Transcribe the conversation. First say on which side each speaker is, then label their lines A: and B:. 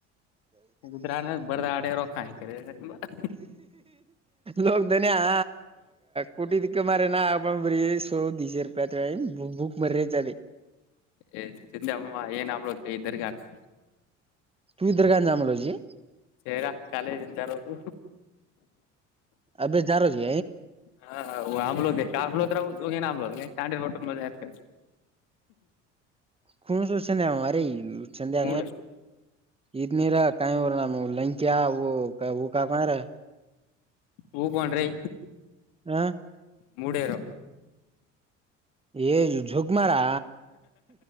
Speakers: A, on the left (about 70°); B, on the right (about 15°).
A: ಉದ್ರಾ ನ ಬರ್ದ ಆಡೆ ರೋಕಾಯ <unintelligible>
B: ಲೋಗದನಿ ಹ ಕೋಟಿದಕ್ಕೆ ಮಾರೆ ನ ಬ್ರ so this is for time ಭುಕ್ ಮರ್ಯೆದೆ
A: ಏ ತಿಂಡಿ ಅಮ್ಮಮ್ಮ ಏನಗಬೇಕು ಇದ್ದರ್ಗ ಹಾಕು
B: ತು ಇ ದರ್ಗಾನ ಜಾಮಲಜಿ
A: ಏ ಇರ ಕಾಲೇಜ್ ಎಂತಾರದು
B: ಅಬೇ ಜಾರೋಜಿ
A: ಹ ಆಮ್ಲೋ ಆಮ್ಲೋದ <unintelligible> ಆಂಬ್ಲೋ ಚಾಂಡ ಮೋಟ್ಟ ಮದ ಯತ
B: ಕುಣಸು ಸಂದೆ <unintelligible> ಸಂದೆ
A: ಮೂಡ್
B: ಇ ನೀರ ಕಾಯ ಲಂಕವು ಕಾ <unintelligible>
A: ಹೂ ಕಣ್ರೀ
B: ಹಾ
A: ಮೂಡರು
B: ಏ ಜೋಕ್ ಮಾರಾ